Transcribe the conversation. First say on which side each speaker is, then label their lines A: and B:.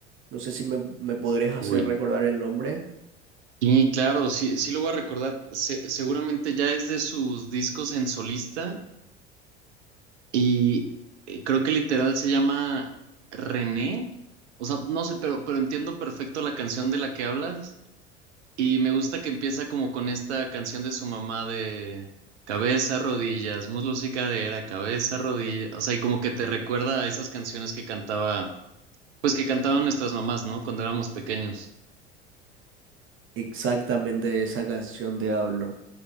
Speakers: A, on the right; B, on the right.
A: No sé si me, me podrías hacer
B: Uy.
A: recordar el nombre.
B: Y claro, sí, sí lo voy a recordar. Se- seguramente ya es de sus discos en solista. Y eh, creo que literal se llama René. O sea, no sé, pero, pero entiendo perfecto la canción de la que hablas. Y me gusta que empieza como con esta canción de su mamá de cabeza, rodillas, muslos y cadera, cabeza, rodilla. O sea, y como que te recuerda a esas canciones que cantaba, pues que cantaban nuestras mamás, ¿no? Cuando éramos pequeños.
A: Exactamente de esa canción te hablo.